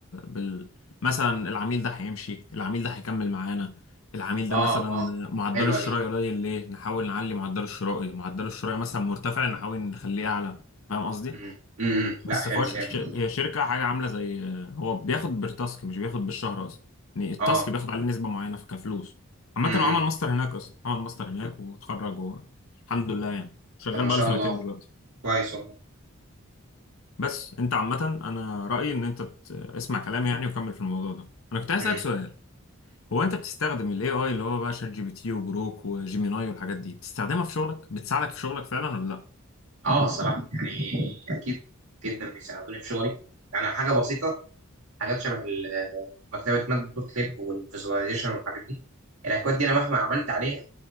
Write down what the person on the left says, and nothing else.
بال مثلا العميل ده هيمشي العميل ده هيكمل معانا العميل ده
مثلا
معدله
الشرائي
قليل ليه نحاول نعلي معدله الشرائي معدله الشرائي مثلا مرتفع نحاول نخليه اعلى فاهم قصدي
بس
فواش
الش... هي شركة حاجة عاملة زي هو بياخد بالتاسك مش بياخد بالشهر اصلا يعني التاسك
بياخد عليه نسبة معينة في كفلوس عامة
هو عمل ماستر هناك اصلا عمل ماستر هناك واتخرج و... الحمد لله يعني شغال
بقاله
سنتين
دلوقتي
بس انت عامة انا رأيي ان انت ت- اسمع كلامي يعني وكمل في الموضوع ده انا كنت عايز
اسألك سؤال هو انت بتستخدم الاي اي اللي هو بقى شات جي بي تي وجروك وجيميناي والحاجات دي بتستخدمها في شغلك بتساعدك في شغلك فعلا ولا لا